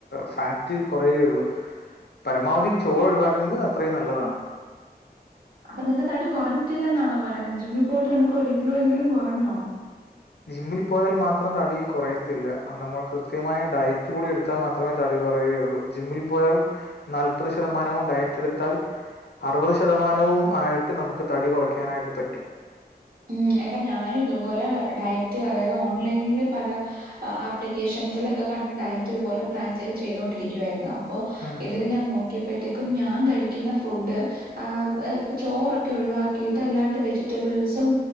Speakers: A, on the left; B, on the right.
A: ഫാറ്റ് കൊറയുകയൊള്ളു. പരമാവധി ചോറ് ഒഴിവാക്കുന്നത് അത്രയും നല്ലതാണ്
B: അപ്പൊ നിന്റെ തടി കുറഞ്ഞിട്ടില്ലെന്നാണോ പറയുന്നെ ജിമ്മിൽ പോയിട്ട് നിനക്ക് ഒര് കിലോ എങ്കിലും കൊറഞ്ഞോ
A: ജിമ്മിൽ പോയാൽ മാത്രം തടി കൊറയത്തില്ല നമ്മൾ കൃത്യമായ ഡയറ്റ് കൂടി എടുത്താൽ മാത്രമേ തടി കൊറയുകയൊള്ളൂ ജിമ്മിൽ പോയാൽ നാല്പത് ശതമാനവും ഡയറ്റ് എടുത്താൽ അറുപത് ശതമാനവും ആയിട്ട് നമുക്ക് തടി കൊറയ്ക്കാനായിട്ട് പറ്റും
B: ഉം ഏട്ടാ ഞാനും ഇതുപോലെ ഡയറ്റ് അതായത് ഓൺലൈനിൽ പല ആപ്ലിക്കേഷൻസിലൊക്കെ കണ്ട് ഡയറ്റ് ഇതുപോലെ പ്ലാൻ ചെയ്ത് ചെയ്തോണ്ടിരിക്കുവായിരുന്നു അപ്പോ
A: ഉം
B: ഇതില് ഞാൻ നോക്കിയപ്പഴ് ത്തെക്കും ഞാൻ കഴിക്ക്ന്ന ഫുഡ് ഏ ഇപ്പൊ ചോറൊക്കെ ഒഴിവാക്കിയിട്ട് അല്ലാണ്ട് വെജിറ്റബിൾസും